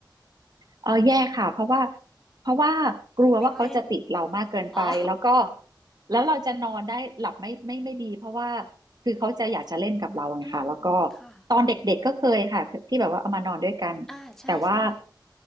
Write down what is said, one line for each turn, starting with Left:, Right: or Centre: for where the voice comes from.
Right: เออแย่ค่ะเพราะว่าเพราะว่ากลัวว่าเขาจะติดเรามากเกินไปแล้วก็
Centre: วิ่งเล่น อ๋อ
Right: แล้วเราจะนอนได้หลับไม่ไม่ไม่ดีเพราะว่าคือเขาจะอยากจะเล่นกับเราไงค่ะแล้วก็
Centre: <laughs> อืมค่ะ
Right: ตอนเด็กๆก็เคยค่ะที่แบบว่าเอามานอนด้วยกันแต่ว่า
Centre: อ่าใช่ใช่